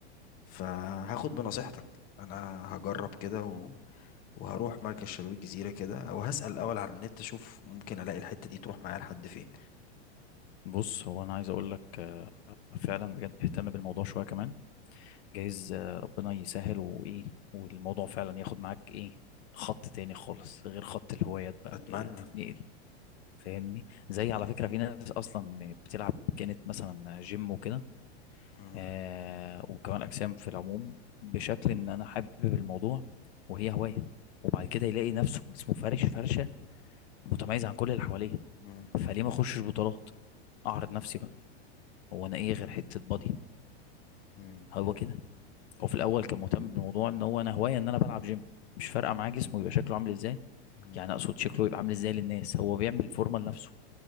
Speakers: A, on the left; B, on the left.
A: فهاخد بنصيحتك انا هجرب كده و... وهروح مركز شباب الجزيرة كده او هسأل الاول على النت اشوف ممكن الاقي الحتة دي تروح معايا لحد فين
B: بص هو انا عايز اقول لك آه، فعلا بجد اهتم بالموضوع شويه كمان جايز آه، ربنا يسهل وايه والموضوع فعلا ياخد معاك ايه خط تاني خالص غير خط الهوايات بقى
A: اتمنى
B: إيه تتنقل فاهمني زي على فكره في ناس اصلا بتلعب كانت مثلا جيم وكده
A: مم.
B: آه وكمال أجسام في العموم بشكل إن أنا حابب الموضوع وهي هواية وبعد كده يلاقي نفسه جسمه فارش فرشة متميز عن كل اللي حواليه
A: مم.
B: فليه ما أخشش بطولات أعرض نفسي بقى هو أنا إيه غير حتة بادي
A: مم.
B: هو كده هو في الأول كان مهتم بالموضوع إن هو أنا هواية إن أنا بلعب جيم مش فارقة معاه جسمه يبقى شكله عامل إزاي
A: مم.
B: يعني أقصد شكله يبقى عامل إزاي للناس هو بيعمل فورمة لنفسه